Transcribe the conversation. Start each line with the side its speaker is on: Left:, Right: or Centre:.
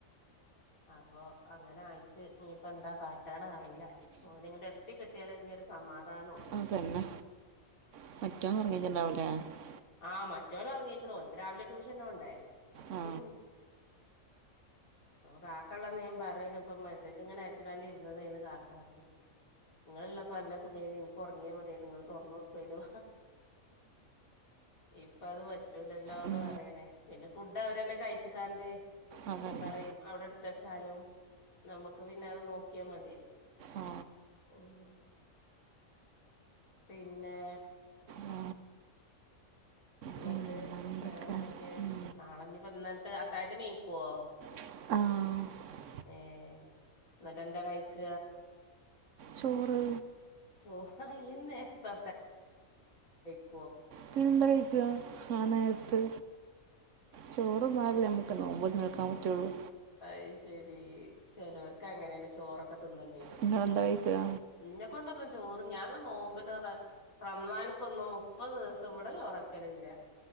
Left: അപ്പൊ അങ്ങനെ ആയിട്ട് ഇനിയിപ്പോ എന്താ കാട്ടണ അറിയില്ല ഓന് ഇങ്ങട്ട് എത്തി കിട്ട് ട്ടിയാലെ ഇഞ്ഞൊരു സമാധാനം ഉള്ളു
Right: അതന്നെ <inaudible>
Left: ആ മറ്റെവൻ ഉറങ്ങീക്കണു എനിക്ക് രാവിലെ ട്യൂഷനോണ്ടേ
Right: ആ
Left: <unintelligible> കാക്കള്ളന്ന് ഞാൻ പറയണ് ഇപ്പം മെസ്സേജ് ഇങ്ങനെ അയച്ചക്കാണ്ടിര്ന്നത്ണ് കാക്കാക്ക് നിങ്ങള്ള്ളപ്പോ എന്നാ സുഖവായിനി നിക്ക് ഒറങ്ങിയാ മതിയാരുന്നു നിങ്ങള് തൊറന്ന് കൊടുക്കുവാരുന്നു ഇപ്പ അത് പറ്റൂലല്ലോന്ന്
Right: ഉം,
Left: പറയണേ പിന്നെ ഫുഡ് അവരന്നെ കഴിച്ചിക്കാണ്ട്
Right: അതന്നെ
Left: ഞാൻ പറയും അവിടെ എടുത്തച്ചാലും നമ്മക്ക് പിന്നെ അത് നോക്കിയാൽ മതിയല്ല
Right: ആ
Left: ഉം പിന്നെ
Right: ആ,
Left: എന്നിട്ട്
Right: പിന്നെന്തൊക്കെ
Left: വേറെ എന്തൊക്കെയ
Right: ഉം.
Left: നാളഞ്ഞപ്പോ എന്നിട്ട് അത്തായത്തി നീക്കുവോ
Right: ആഹ്
Left: ഏ ന്നിട്ട് എന്താ കഴിക്ക
Right: ചോറ്
Left: ചോറാ യിന്ന് നേരത്തെ <unintelligible>
Right: പിന്നെന്താ കഴിക്കുക ആ നേരത്ത് ചോറ് തിന്നാലല്ലേ നമ്മുക്ക് നോമ്പ നിൽക്കാൻ പറ്റുള്ളൂ
Left: അയ് ശെരി ചെലോര്ക്ക് അങ്ങനെയാണ് ചോറൊക്കെ ത്തിന്നണ്ടി വരും
Right: നിങ്ങളെന്താ കഴിക്കുക
Left: ൻന്നെ കൊണ്ടൊന്നും ചോറ് ഞാന നോമ്പിനേറെ റംദാനിക്കൊന്നും മുപ്പത് ദിവസം ഇവടെ ചോറക്കലില്ല